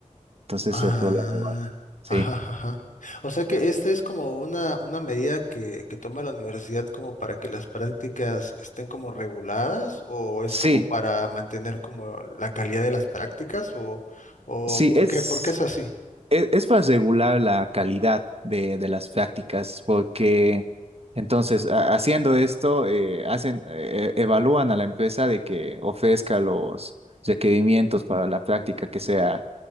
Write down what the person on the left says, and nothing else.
Ah,
ajá, ajá. O sea que esta es como una, una medida que, que toma la universidad como para que las prácticas estén como reguladas o es
como para mantener como la calidad de las prácticas o, o
¿por
qué? ¿Por qué es así?